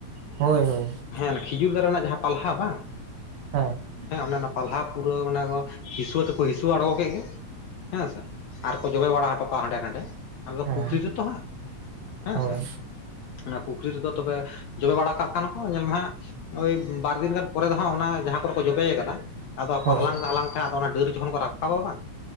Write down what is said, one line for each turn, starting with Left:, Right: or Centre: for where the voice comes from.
Right: ᱦᱳᱭ ᱦᱳᱭ ᱾
Left: ᱦᱮᱸᱱ ᱠᱷᱤᱡᱩᱨ ᱫᱟᱨᱮ ᱨᱮᱱᱟᱜ ᱡᱟᱦᱟᱸ ᱯᱟᱞᱦᱟ ᱵᱟᱝ
Right: ᱦᱮᱸ ᱾
Left: ᱦᱮᱸ ᱚᱱᱮ ᱚᱱᱟ ᱯᱟᱞᱦᱟ ᱯᱩᱨᱟᱹ ᱢᱟᱱᱮ ᱠᱚ ᱦᱤᱥᱣᱟᱹ ᱛᱮᱠᱚ ᱦᱤᱥᱣᱟᱹ ᱟᱬᱜᱚ ᱠᱮᱫ ᱜᱮ ᱦᱮᱸ ᱥᱮ ᱟᱨ ᱠᱚ ᱡᱚᱵᱮ ᱵᱟᱲᱟ ᱦᱚᱴᱚ ᱠᱟᱜᱼᱟ ᱦᱟᱸᱰᱮ ᱱᱟᱰᱮ ᱾ ᱟᱞᱮ ᱫᱚ
Right: ᱦᱮᱸ
Left: ᱯᱩᱠᱷᱨᱤ ᱨᱮᱛᱚ ᱦᱟᱸᱜ ᱦᱮᱸᱥᱮ
Right: ᱦᱳᱭ
Left: ᱾ ᱚᱱᱟ ᱯᱩᱠᱷᱨᱤ ᱨᱮᱫᱚ ᱛᱚᱵᱮ ᱡᱚᱵᱮ ᱵᱟᱲᱟ ᱠᱟᱜ ᱠᱷᱟᱱ ᱠᱚ ᱧᱮᱞ ᱢᱮ ᱦᱟᱸᱜ ᱳᱭ ᱵᱟᱨ ᱫᱤᱱ ᱜᱟᱱ ᱯᱚᱨᱮ ᱫᱚ ᱦᱟᱸᱜ ᱚᱱᱟ ᱡᱟᱦᱟᱸ ᱠᱚᱨᱮ ᱠᱚ ᱡᱚᱵᱮᱭ ᱟᱠᱟᱫᱟ ᱟᱫᱚ ᱟᱠᱚ
Right: ᱦᱳᱭ
Left: ᱦᱟᱞᱟᱝ ᱦᱟᱞᱟᱝ ᱛᱮ ᱦᱟᱸᱜ ᱟᱫᱚ ᱚᱱᱟ ᱰᱟᱹᱨ ᱡᱚᱠᱷᱚᱱ ᱠᱚ ᱨᱟᱠᱟᱵᱟ ᱵᱟᱝ